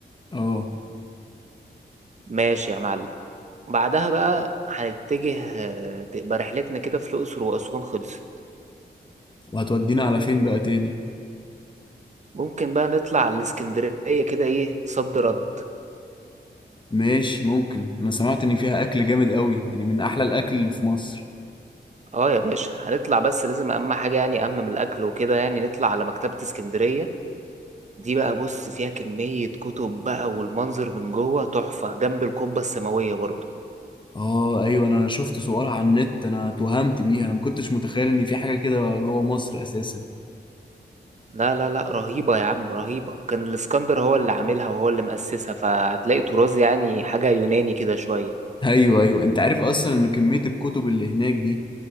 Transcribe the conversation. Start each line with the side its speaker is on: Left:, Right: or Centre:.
Left: اه
Right: ماشي يا معلم بعدها بقى هنتجه آه، تبقى رحلتنا كده في الأقصر وأسوان خلصت
Left: وهتودينا على فين بقى تاني
Right: ممكن بقى نطلع على الإسكندرية كده ايه صد رد
Left: ماشي ممكن انا سمعت ان فيها اكل جامد قوي يعني من احلى الاكل اللي في مصر
Right: اه يا باشا هنطلع بس لازم أهم حاجة يعني أهم من الأكل وكده يعني نطلع على مكتبة اسكندرية دي بقى بص فيها كمية كتب بقى والمنظر من جوه تحفة جنب القبة السماوية برضه
Left: اه ايوه انا شفت صورها على النت انا اتوهمت بيها انا ما كنتش متخيل ان في حاجه كده جوه مصر اساسا
Right: لا لا لا رهيبة يا عم رهيبة كان الاسكندر هو اللي عاملها وهو اللي مؤسسها فهتلاقي طراز يعني حاجة يوناني كده شوية
Left: ايوه ايوه انت عارف اصلا ان كميه الكتب اللي هناك دي